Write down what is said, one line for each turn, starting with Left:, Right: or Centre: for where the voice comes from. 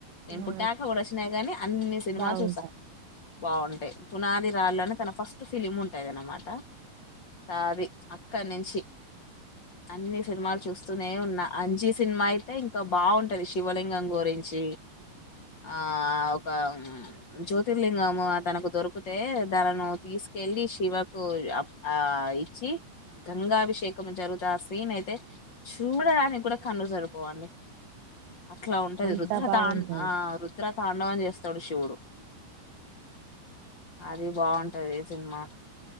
Left: నేను
Right: ఆ
Left: పుట్టాక కూడా వచ్చినాయి కాగానీ అన్ని సినిమాలు
Right: బాగుంటాయి
Left: చూసా బాగుంటాయి పునాది రాళ్ునే తన ఫస్ట్ ఫిలిం ఉంటాది అనమాట సాది అక్కడి నుంచి అన్ని సినిమాలు చూస్తూనే ఉన్నా అంజీ సినిమా అయితే ఇంకా బాగుంటది శివలింగం గురించి క్షే ఆ ఒక జ్యోతిర్లింగము తనకు దొరికితే తనను తీసి కెళ్ళి శివకు ఆ ఇచ్చి గంగాభిషేకం జరుగు ఆ సీన్ అయితే చూడడానికి కూడా కన్ను జరుపోవాలి అట్లా ఉంటది
Right: అంతా
Left: రుద్రతాం
Right: బాగుంటది
Left: ఆ రుద్రతాండవని చేస్తాడు శివుడు అది బాగుంటది సినిమా